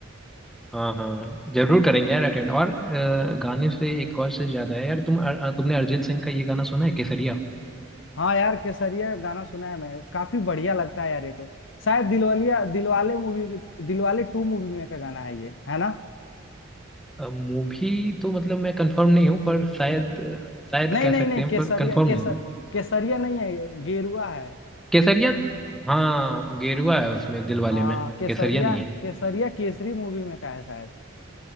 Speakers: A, in the centre; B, on the left.
A: हाँ हाँ जरूर करेंगे यार अटेंड और अ, गाने से एक और से ज्यादा है यार तुम अ, तुमने अरिजीत सिंह का ये गाना सुना है केसरिया
B: हाँ यार केसरिया गाना सुना है मैं काफी बढ़िया लगता है यार ये तो शायद दिलवालिया Dilwale movie Dilwale two movie में का गाना है ये है ना
A: मूवी तो मतलब मैं कंफर्म नहीं हूँ पर शायद शायद
B: नहीं
A: कह
B: नहीं
A: सकते
B: नहीं
A: हैं
B: केसरिया
A: पर कंफर्म
B: केसर
A: नहीं हूँ
B: केसरिया नहीं है गेरुआ है
A: केसरिया हाँ गेरुआ है उसमें दिलवाले
B: हाँ
A: में
B: केसरिया
A: केसरिया नहीं है
B: केसरिया केसरी मूवी में का है शायद